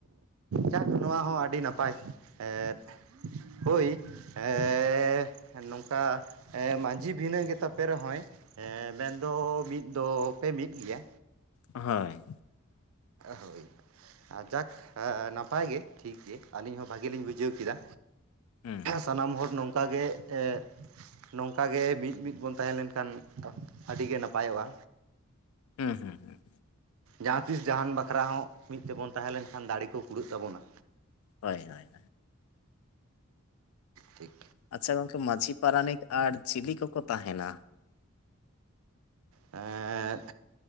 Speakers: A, on the right (about 80°); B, on the left (about 85°).
A: ᱡᱟᱠ ᱱᱚᱣᱟ ᱦᱚᱸ ᱟᱰᱤ ᱱᱟᱯᱟᱭ ᱮ ᱦᱳᱭ ᱮᱻ ᱱᱚᱝᱠᱟ ᱮ ᱢᱟᱺᱡᱷᱤ ᱵᱷᱤᱱᱟᱹ ᱜᱮ ᱛᱟᱯᱮ ᱨᱮᱸᱦᱚᱭ ᱢᱮᱱᱫᱚ ᱢᱤᱫ ᱫᱚ ᱯᱮ ᱢᱤᱫ ᱜᱮᱭᱟ᱾
B: ᱦᱳᱭ
A: ᱦᱳᱭ ᱟᱨ ᱡᱟᱠ ᱱᱟᱯᱟᱭ ᱜᱮ ᱴᱷᱤᱠ ᱜᱮ ᱟᱞᱤᱧ ᱦᱚᱸ ᱵᱷᱟᱜᱤ ᱞᱤᱧ ᱵᱩᱡᱷᱟᱹᱣ ᱠᱮᱫᱟ᱾
B: ᱦᱩᱸ
A: ᱥᱟᱱᱟᱢ ᱦᱚᱲ ᱱᱚᱝᱠᱟ ᱜᱮ ᱮᱫ ᱱᱚᱝᱠᱟ ᱜᱮ ᱢᱤᱫ ᱢᱤᱫ ᱵᱚᱱ ᱛᱟᱦᱮᱸ ᱞᱮᱱᱠᱷᱟᱱ ᱟᱹᱰᱤ ᱜᱮ ᱱᱟᱯᱟᱭᱚᱜᱼᱟ᱾
B: ᱦᱩᱸ ᱦᱩᱸ ᱦᱩᱸ᱾
A: ᱡᱟᱦᱟᱸ ᱛᱤᱥ ᱡᱟᱦᱟᱱ ᱵᱟᱠᱷᱨᱟ ᱦᱚᱸ ᱢᱤᱫ ᱛᱮᱵᱚᱱ ᱛᱟᱦᱮᱸ ᱞᱮᱱᱠᱷᱟᱱ ᱫᱟᱲᱮ ᱠᱚ ᱠᱩᱲᱟᱹᱜ ᱛᱟᱵᱚᱱᱟ᱾
B: ᱦᱳᱭ ᱦᱳᱭ ᱦᱳᱭ᱾
A: ᱴᱷᱤᱠ᱾
B: ᱟᱪᱪᱷᱟ ᱜᱚᱝᱠᱮ ᱢᱟᱺᱡᱷᱤ ᱯᱟᱨᱟᱱᱤᱠ ᱟᱨ ᱪᱤᱞᱤ ᱠᱚᱠᱚ ᱛᱟᱦᱮᱱᱟ?
A: ᱮᱸᱫ